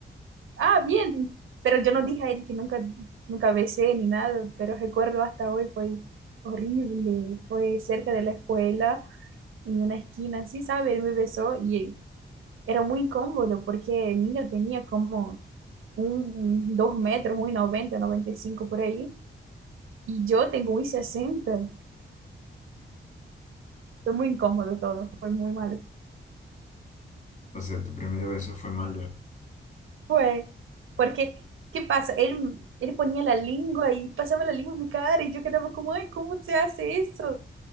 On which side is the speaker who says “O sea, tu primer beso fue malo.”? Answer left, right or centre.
Left